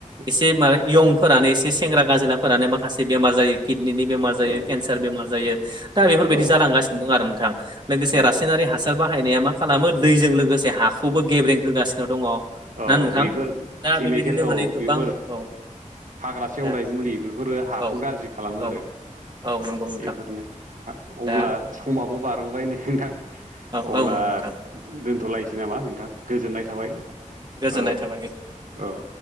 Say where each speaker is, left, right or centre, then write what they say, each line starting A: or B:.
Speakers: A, on the right (about 30°); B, on the right (about 75°).
A: एसे माहाय इयंफोरानो एसे सेंग्रा गाजोलाफोरानो
B: औ
A: माखासे बेमार जायो किडनिनि बेमार जायो
B: औ
A: केन्सार बेमार जायो दा बेफोरबायदि
B: औ
A: जालांगासिनो दं आरो नोंथां लोगोसे
B: औ
A: रास सायनारि हासार बाहायनाया मा खालामो दैजों लोगोसे हाखौबो गेब्रें होगासिनो दङ।
B: औ
A: ना नोंथां
B: बेफोर
A: दा
B: केमिकेल
A: बेबायदिनो
B: औ
A: माने गोबां
B: बेफोर
A: औ
B: हाग्रा सेवनाय
A: दा
B: मुलि बेफोरो हाखौ
A: औ
B: गाज्रि खालामो
A: औ
B: आरो
A: औ नंगौ नोंथां
B: बेफोरनो अब्ला
A: दा
B: समाबो बारबोबाय नै नोंथां
A: औ
B: अब्ला
A: औ नंगौ नोंथां
B: दोनथ'लायसै नामा नोंथां। गोजोननाय थाबाय।
A: गोजोन्नाय
B: औ
A: थाबाय ओ।
B: औ